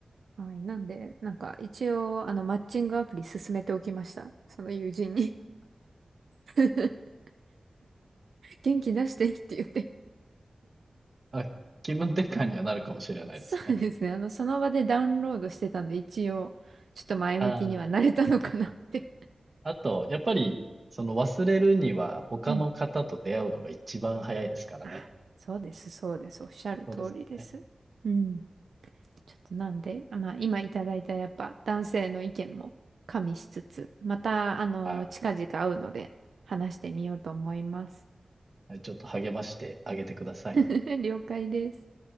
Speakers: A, on the right; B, on the right.
A: はい。なんで、なんか一応、あの、マッチングアプリ進めておきました。その友人に <laughs> 元気出してって言って。
B: まあ、気分転換にはなるかもしれないですね。
A: そうですね。あの、その場でダウンロードしてたんで、一応、ちょっと前向きにはなれたのかなって。
B: ああ、あと、やっぱり、その忘れるには他の方と出会うのが一番早いですからね。
A: うん。あ、そうです、そうです。おっしゃる通りです。
B: そうですね。
A: うん。ちょっとなんで、まあ今いただいたやっぱ男性の意見も加味しつつ、またあの、
B: はい。
A: 近々会うので話してみようと思います。
B: はい、ちょっと励ましてあげてください。
A: <laughs> 了解です。